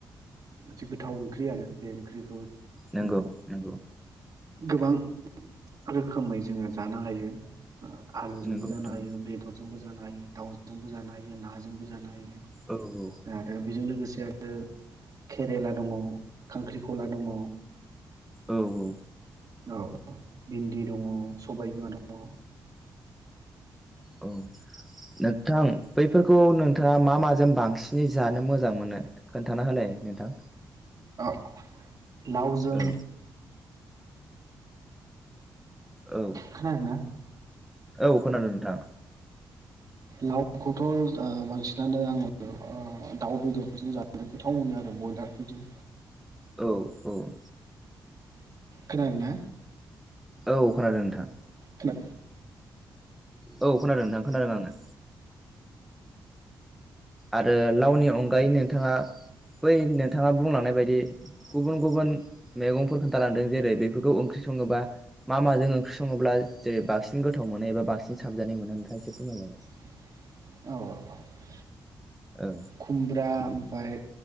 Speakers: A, on the right; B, in the centre.
A: मोनसे गोथाव ओंख्रि आरो बे ओंख्रि ।
B: नंगौ नंगौ
A: गोबां रोखोमै जोङो जानो हायो आलुजोंबो
B: नंगौ
A: जानो
B: नोंथां
A: हायो बेदरजोंबो जानो हायो दाउजोंबो जानो हायो नाजोंबो जानो हायो
B: औ औ
A: दा आरो बेजों लोगोसे नो केरेला दङ खांख्रिखला दङ
B: औ औ
A: औ भिन्दि दङ सबाइ बिमा दङ
B: औ नोंथां बैफोरखौ नोंथाङा मा माजों बांसिनै जानो मोजां मोनो खोनथाना होलाय नोंथां
A: औ लाउजों
B: औ औ
A: खोनादों ना
B: औ खोनादों नोंथां
A: लाउखौथ' बांसिनानो आङो दाउ बेदरफोरजों जानो गोथाव मोनो आरो ब्रयलारफोरजों
B: औ औ औ
A: खोनादोंना
B: औ खोनादों नोंथां।
A: खोना
B: औ खोनादों नोंथां खोनादों आङो आरो लाउनि अनगायै नोंथाङा बै नोंथाङा बुंलांनाय बायदि गुबुन गुबुन मैगंफोर खोन्थालांदों जेरै बेफोरखौ ओंख्रि सङोबा मा माजों ओंख्रि सङोब्ला जे बांसिन गोथाव मोनो एबा बांसिन साबजानाय मोनो नोंथां एसे फोरमायलाय
A: औ औ औ
B: औ
A: खुमब्रा ओमफाय